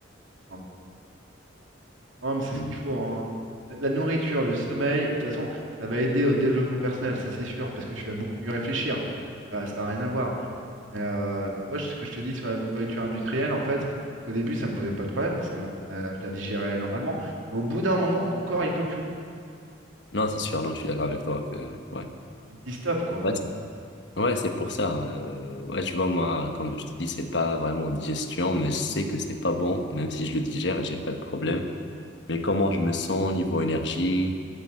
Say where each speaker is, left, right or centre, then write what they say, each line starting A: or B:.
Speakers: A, on the right; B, on the left.
A: Non, Non, mais c'est
B: Hmm.
A: ce qu'il faut. hein. La nourriture, le sommeil, de toute façon, ça va aider au développement personnel, ça c'est sûr, parce que tu vas beaucoup mieux réfléchir. Ça, ça n'a rien à voir. Mais euh, moi, ce que je te dis sur la nourriture industrielle, en fait, c'est qu'au début, ça me posait pas de problème, ça, me- ça- je la digérais normalement. Mais au bout d'un moment, ton corps, il peut plus.
B: Non, c'est sûr, non, je suis d'accord avec toi que ouais.
A: Il te dit stop, quoi.
B: Ouais, c'est ouais, c'est pour ça. euh, ouais, tu vois, moi, comme je te dis, c'est pas vraiment digestion, mais je sais que c'est pas bon, même si je le digère et j'ai pas de problème. mais comment je me sens niveau énergie,